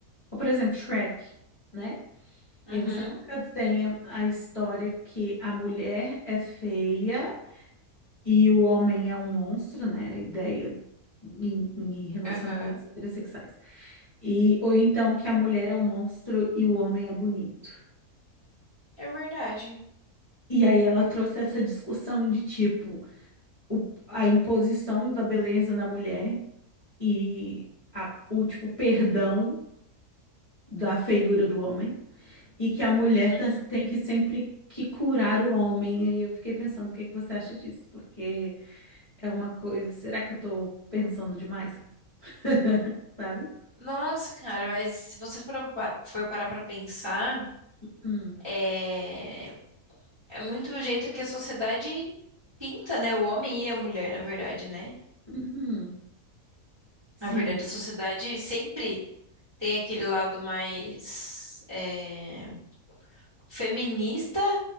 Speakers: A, on the left; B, on the right.
A: Ou, por exemplo, Shrek, né?
B: uhum,
A: E você nunca tem a história que a mulher é feia e o homem é um monstro, né? A ideia em, em relacionamentos
B: aham.
A: heterossexuais. E, ou então que a mulher é um monstro e o homem é bonito.
B: É verdade.
A: E aí ela trouxe essa discussão de tipo, o- a imposição da beleza na mulher e a- o tipo perdão da feiura do homem. e que a mulher
B: Uhum.
A: tá- tem que sempre que curar o homem. E eu fiquei pensando, o que é que você acha disso? Porque é uma coisa, será que eu tô pensando demais? <laughs> Sabe?
B: Nossa, cara, mas se você for, pa- for parar pra pensar,
A: Hum,
B: é, é muito o jeito que a sociedade pinta, né? O homem e a mulher, na verdade, né?
A: uhum, sim.
B: Na verdade, a sociedade sempre tem aquele lado mais é, feminista